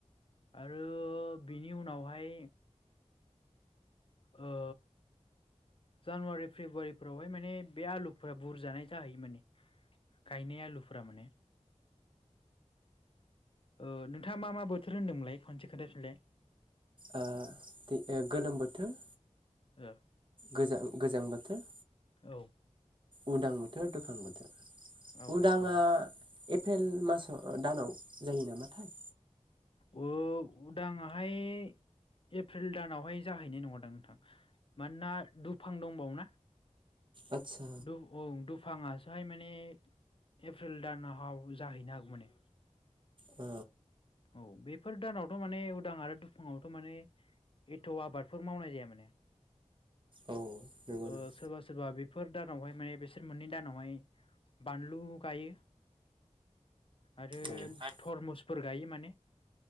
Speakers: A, on the left; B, on the right.
A: आरो बिनि उनावहाय ओ जानुवारि फेब्रुवारिफोरावहाय माने बे आलुफोरा बुरजानाय जाहैयो माने गायनाय आलुफोरा माने। ओ नोंथाङा मा मा बोथोर होनदोंमोनलाय खनसे खोनथा फिनलाय?
B: औ दे गोलोम बोथोर।
A: औ।
B: गोजां गोजां बोथोर।
A: औ।
B: उदां बोथोर, दुफां बोथोर
A: औ
B: उदाङा
A: औ
B: एप्रिल मासाव, दानाव जायो नामाथाय।
A: ओ उदाङाहाय एप्रिल दानावहाय जाहैनाय नङादां नोंथां, मानोना दुफां दंबावो ना
B: आदसा
A: दं औ दं। दुफाङासोहाय माने एप्रिल दानाव जाहैनो हागौ माने।
B: औ।
A: औ बेफोर दानावथ' माने उदां आरो दुफुङावथ' माने एथ' आबादफोर मावनाय जाया माने।
B: औ नंगौ
A: ओ
B: नामा
A: सोरबा सोरबा बे बेफोर दानावहाय माने बिसोर मोननै दानावहाय बानलु गायो। आरो
B: औ
A: थरमुसफोर माने